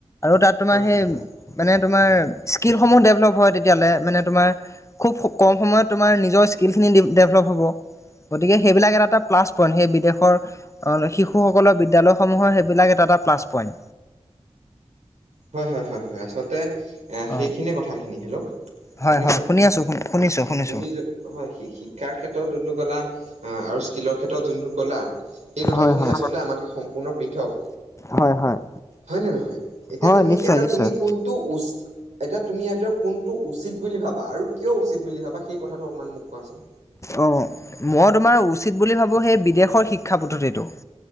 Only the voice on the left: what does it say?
তাত
মানে
হেৰী তোমাৰ স্কিলসমূহ দেভলপ হয় তেতিয়ালৈ‌, মানে তোমাৰ খুব কম সময়ত নিজৰ স্কিলখিনি ডেভলপ হ'ব। গতিকে সেইবিলাক এটা এটা প্লাছ পইন্ট সেই বিদেশৰ শিশুসকলৰ বিদ্যয়ালয়সমূহৰ সেইবিলাক এটা এটা প্লাছ পইণ্ট।
অঁ
হয়
হয় শুনি আছোঁ শুনিছোঁ শুনিছোঁ
হয় হয়
হয় হয়
হয়
নিশ্চয়
নিশ্চয়
অ' মই তোমাৰ উচিত বুলি ভাবোঁ সেই বিদেশৰ শিক্ষা পদ্ধতিটো